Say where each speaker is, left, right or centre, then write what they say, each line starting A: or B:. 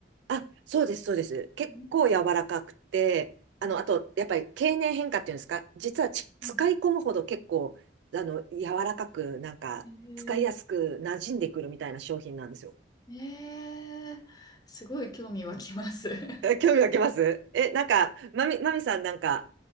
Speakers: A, on the right (about 75°); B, on the left (about 20°).
A: あ、そうです、そうです。結構柔らかくて、
B: うん
A: あの、
B: うん
A: あと、やっぱり経年変化っていうんですか、実はち使い込むほど結構、
B: はいうん
A: あの、柔らかく、なんか、
B: えー
A: 使いやすく馴染んでくるみたいな商品なんですよ。
B: えーすごい興味湧きます。<laughs>
A: え、興味湧きますえ、なんか、まみ、まみさんなんか、